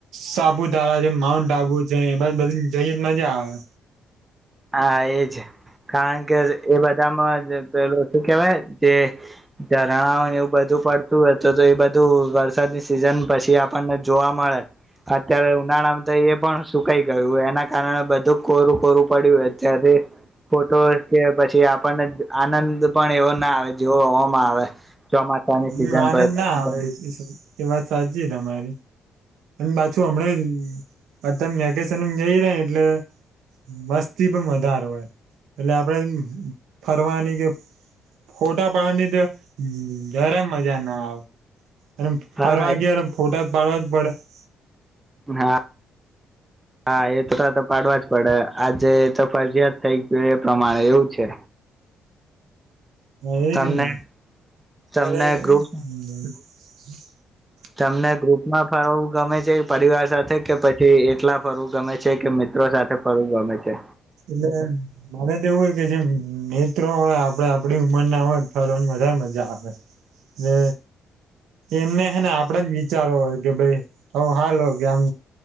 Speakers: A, on the right; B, on the right.
A: સાપુતારા છે માઉન્ટ આબુ છે એ બધું જઈએ મજા આવે.
B: હા એજ કારણ કે એ બધામાં પેલું શું કેહેવાય જે ઝરણા એવું બધું પડતું હોય તો તો એ બધું વરસાદની સિઝન પછી આપણને જોવા મળે અત્યારે ઉનાળામાં તો એ પણ સુકાઈ ગયું એના કારણે બધું કોરું કોરું. પડ્યું યે તથી ફોટો કે પછી આપણને આનંદ પણ એવો ના આવે જોવામાં આવે. ચોમાસા ની
A: હમ
B: સિઝન
A: આનંદ
B: ભરતા.
A: ના આવે એ વાત સાચી તમારી. અને પાછું હમણા અધમ વેકેશન જઈ ર એટલે મસ્તી પણ વધારે હોય એટલે આપડે ફરવાની કે ફોટા પાડવાની તો જરાય મજા ના આવે. અને
B: હા
A: ફરવા વાગ ફોટા. બળો જ બડ. <inaudible> <inaudible>
B: હા હા એ એકસ્સટા <inaudible> તો પાડવા જ પડે આજે ફજીયાત થઇ ગયું એ પ્રમાણે એવું છે.
A: હા એજ
B: તમને
A: ને
B: તમને
A: ત્યારે
B: ગ્રુપ
A: હ. <inaudible>
B: તમને ગ્રુપમાં ફરવું ગમે છે પરિવાર સાથે કે પછી એકલા ફરવું ગમે છે કે મિત્રો સાથે ફરવું ગમે છે.
A: એટલે મને તો એવું હોય કે જેમ મિત્રો હોય આપડ આપડી ઉંમર ના હોય ફરવાની વધારે મજા આવે એટલે એમને હેને આપડા જ વિચારો હોય. કે ભાઈ હ હાલ હો કે આમ.